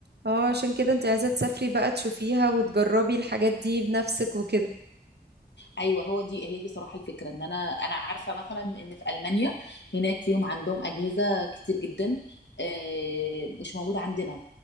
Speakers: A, on the right (about 70°); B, on the left (about 85°).
A: اه عشان كده انت عايزة تسافري بقى تشوفيها وتجربي الحاجات دي بنفسك وكده
B: ايوه هو دي هي دي صراحه الفكره ان انا انا عارفه مثلا ان في المانيا هناك فيهم عندهم اجهزه كتير جدا آه، مش موجوده عندنا